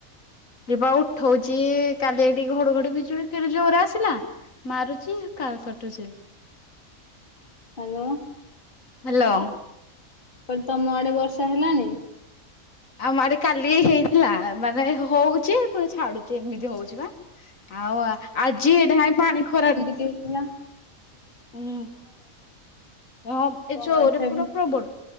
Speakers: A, on the left; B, on the left.
A: ଏଇପା ଉଠଉଚି କାଲି ଏଠି ଘଡଘଡି ବିଜୁଳି କେଡ଼େ ଜୋରରେ ଆସିଲା। ମାରୁଛି କା କଟୁଛି।
B: ହ୍ୟାଲୋ।
A: ହ୍ୟାଲୋ।
B: କହିଲି ତମ ଆଡେ ବର୍ଷା ହେଲାଣି?
A: ଆମ ଆଡେ କାଲି ହେଇଥିଲା ମାନେ ହଉଛି ପୁଣି ଛାଡୁଛି ଏମିତି ହଉଛି ବା। ଆଉ ଆଜି ଏଇଟା ହାଇ ପାଣି ଖରାରେ।
B: କି ହେଲା।
A: ହୁଁ ହୁଁ ଏ
B: କଣ
A: ଯରେ
B: ଏଥିରେ
A: ପୁରା ପ୍ରବଳ।